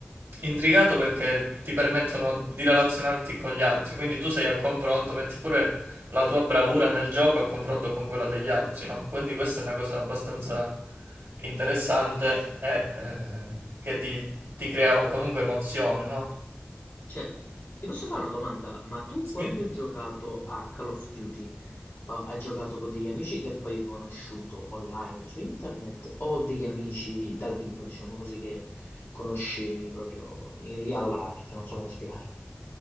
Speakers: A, on the right (about 80°); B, on the left (about 80°).
A: intrigato perché ti permettono di relazionarti con gli altri, quindi tu sei a confronto, metti pure la tua bravura nel gioco a confronto con quella degli altri, no? Quindi questa è una cosa abbastanza interessante e eh, che ti, ti crea comunque emozione, no?
B: Certo, ti posso fare una domanda? Ma tu
A: Sì,
B: quando hai giocato a Call of Duty, eh, hai giocato con degli amici che poi hai conosciuto online su internet o degli amici dal vivo, diciamo così, che conoscevi proprio in real life? Non so come spiegarmi.